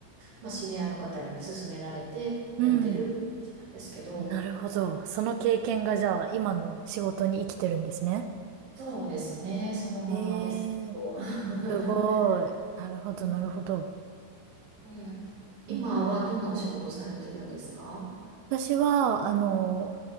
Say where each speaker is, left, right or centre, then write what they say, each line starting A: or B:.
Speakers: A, on the right (about 65°); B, on the right (about 85°).
A: まあ、知り合いの方に勧められてやってるって感じなんですけど、
B: うん。なるほど。その経験がじゃあ、今の仕事に生きてるんですね。
A: そうですね、そのままですけど。
B: ええ、
A: <laughs>
B: すごい。なるほどなるほど。
A: うんうん、今はどんなお仕事されてるんですか
B: うん私は、あの、